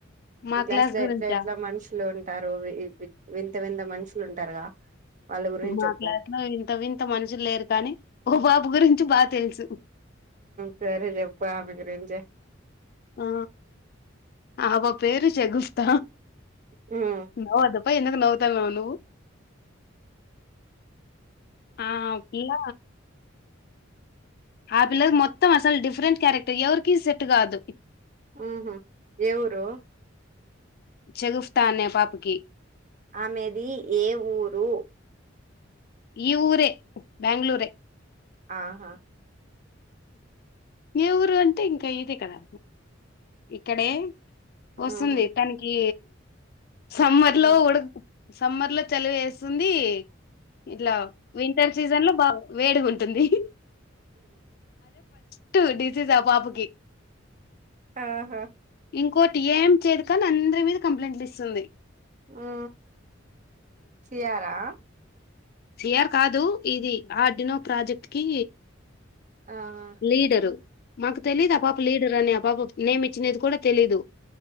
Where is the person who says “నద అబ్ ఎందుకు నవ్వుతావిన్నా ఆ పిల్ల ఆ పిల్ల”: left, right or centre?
Left